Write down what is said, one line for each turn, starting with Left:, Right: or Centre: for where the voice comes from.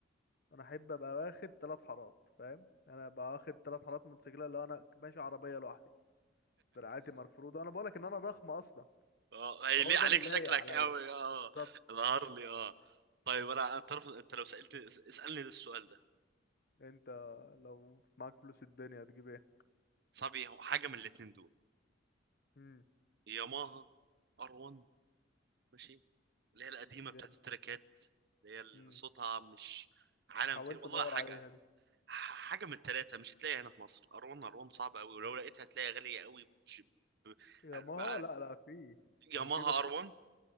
Left: انا احب ابقى واخد ثلاث حارات فاهم يعني انا ابقى واخد ثلاث حارات موتوسيكلات لو انا ماشي عربيه لوحدي دراعاتي مرفوضه انا بقولك ان انا ضخم اصلا
Right: اه هيليق
Left: فهو ده
Right: عليك
Left: اللي لايق
Right: شكلك
Left: عليا
Right: قوي اه
Left: بالظبط
Right: الهارلي اه طيب انا انت عارف انت لو سالتني اس- اسالني ده السؤال ده
Left: انت لو معاك فلوس الدنيا هتجيب ايه
Right: صعب هو حاجه من الاتنين دول
Left: امم
Right: ياماها ار 1 ماشي اللي هي القديمه
Left: جامد
Right: بتاعت التراكات اللي هي اللي
Left: امم
Right: صوتها مش عالم
Left: حاولت
Right: تاني والله
Left: ادور
Right: حاجه
Left: عليها دي
Right: حاجه من التلاته مش هتلاقيها هنا في مصر ار 1 ار 1 صعب قوي ولو لقيتها هتلاقيها غاليه قوي بش- ب-
Left: يا ماها
Right: ب-
Left: لا لا في كان
Right: ياماها
Left: في بس
Right: ار 1